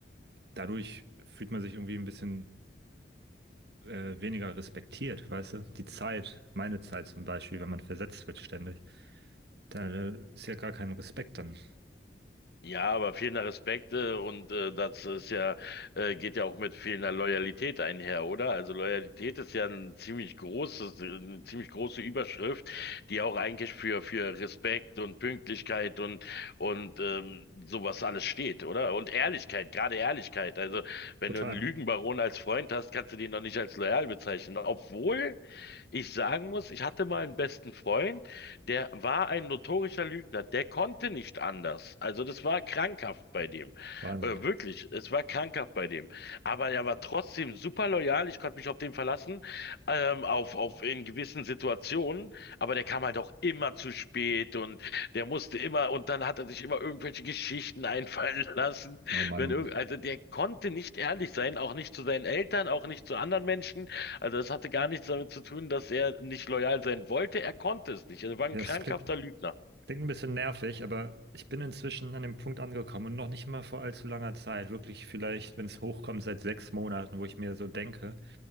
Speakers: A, on the right; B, on the left.
A: dadurch fühlt man sich irgendwie ein bisschen äh, weniger respektiert, weißt du? Die Zeit, meine Zeit zum Beispiel, wenn man versetzt wird ständig, da äh, ist ja gar kein Respekt dann.
B: Ja, aber fehlender Respekt äh, und äh, das ist ja, äh, geht ja auch mit fehlender Loyalität einher, oder? Also Loyalität ist ja ein ziemlich großes, äh, eine ziemlich große Überschrift, die auch eigentlich für für Respekt und Pünktlichkeit und und ähm, sowas alles steht, oder? Und Ehrlichkeit, gerade Ehrlichkeit. Also wenn
A: Total.
B: du einen Lügenbaron als Freund hast, kannst du den noch nicht als loyal bezeichnen, obwohl ich sagen muss, ich hatte mal einen besten Freund. Der war ein notorischer Lügner. Der konnte nicht anders. Also das war krankhaft bei dem.
A: Wahnsinn.
B: Äh, wirklich, es war krankhaft bei dem. Aber er war trotzdem super loyal. Ich konnte mich auf den verlassen, ähm, auf, auf in gewissen Situationen. Aber der kam halt auch immer zu spät und der musste immer, und dann hat er sich immer irgendwelche Geschichten einfallen <laughs> lassen.
A: Oh Mann,
B: Wenn
A: oh Mann.
B: irgend, also der konnte nicht ehrlich sein, auch nicht zu seinen Eltern, auch nicht zu anderen Menschen. Also es hatte gar nichts damit zu tun, dass er nicht loyal sein wollte. Er konnte es nicht. Er war ein
A: Ja,
B: krankhafter
A: es klingt,
B: Lügner.
A: Klingt ein bisschen nervig, aber ich bin inzwischen an dem Punkt angekommen und noch nicht mal vor allzu langer Zeit, wirklich vielleicht, wenn es hochkommt, seit sechs Monaten, wo ich mir so denke,